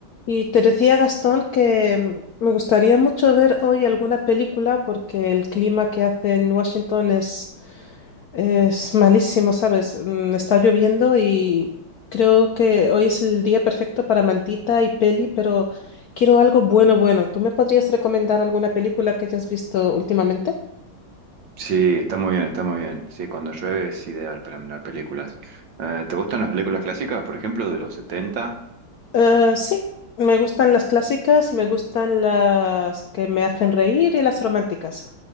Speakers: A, on the left; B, on the right.
A: Y te decía, Gastón, que mm, me gustaría mucho ver hoy alguna película porque el clima que hace en Washington es, es malísimo, ¿sabes? Mm, Está lloviendo y creo que hoy es el día perfecto para mantita y peli, pero quiero algo bueno, bueno. ¿Tú me podrías recomendar alguna película que hayas visto últimamente?
B: Sí, está muy bien, está muy bien. Sí, cuando llueve es ideal para mirar películas. Eh, ¿te gustan las películas clásicas, por ejemplo, de los setenta?
A: Eh, sí, me gustan las clásicas, me gustan las que me hacen reír y las románticas.